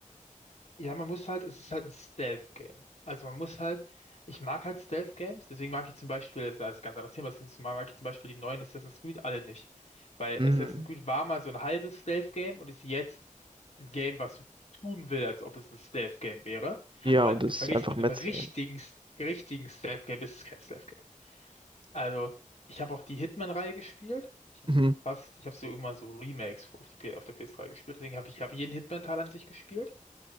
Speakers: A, on the left (about 55°); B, on the right (about 40°).
A: Ja, man muss halt, es ist halt ein Stealth-Game. Also man muss halt, ich mag halt Stealth-Games, deswegen mag ich zum Beispiel, das ist ein ganz anderes Thema, deswegen mag ich zum Beispiel die neuen Assassin's Creed alle nicht. Weil
B: Mm.
A: Assassin's Creed war mal so ein halbes Stealth-Game und ist jetzt ein Game, was so tun will, als ob es ein Stealth-Game wäre.
B: Ja,
A: Aber
B: und das
A: verglichen
B: ist einfach
A: mit
B: Metzeln.
A: einem richtigen, richtigen Stealth-Game ist es kein Stealth-Game. Also, ich habe auch die Hitman-Reihe gespielt.
B: Mhm.
A: Fast, ich habe so irgendwann so Remakes auf die, P- auf der PS3 gespielt. Deswegen habe ich, hab jeden Hitman-Teil an sich gespielt.